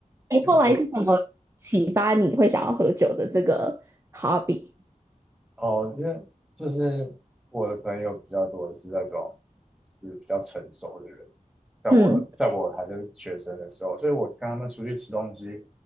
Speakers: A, on the right (about 20°); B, in the centre.
A: 你后来是怎么启发你会想要喝酒的这个
B: 我
A: hobby？
B: 哦，因为就是我的朋友比较多的是那种是比较成熟的人，在我在我还是学生的时候，
A: 嗯
B: 所以我跟他们出去吃东西，